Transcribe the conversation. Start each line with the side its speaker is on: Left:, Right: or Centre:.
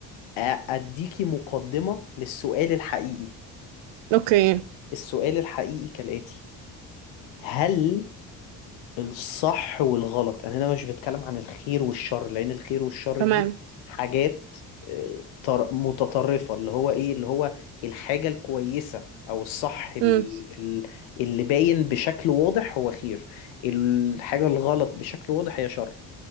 Left: أ- اديكي مقدمة للسؤال الحقيقي
Right: اوكي
Left: السؤال الحقيقي كالآتي هل الصح والغلط انا هنا مش بتكلم عن الخير والشر لان الخير والشر
Right: تمام
Left: دي حاجات آه، طر- متطرفة اللي هو ايه اللي هو الحاجة الكويسة او الصح ال-
Right: امم
Left: ال- اللي باين بشكل واضح هو خير الحاجة الغلط بشكل واضح هي شر